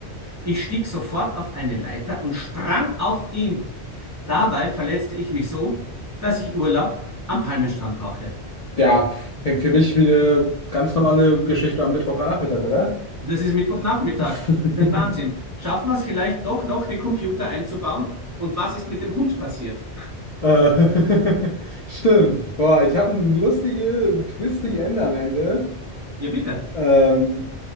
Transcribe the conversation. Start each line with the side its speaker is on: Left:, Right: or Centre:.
Right: Ich stieg sofort auf eine Leiter und sprang auf ihn. Dabei verletzte ich mich so, dass ich Urlaub am Palmenstrand brauchte.
Left: Ja, klingt für mich wie eine ganz normale Geschichte am Mittwochnachmittag, oder?
Right: Das ist Mittwochnachmittag.
Left: <laughs>
Right: Das ist ein Wahnsinn. Schaffen wir es vielleicht doch noch, den Computer einzubauen? Und was ist mit dem Hund passiert?
Left: Äh, <laughs> stimmt. Boah, ich habe einen lustigen, Twisty End am Ende.
Right: Ja, bitte.
Left: Ähm,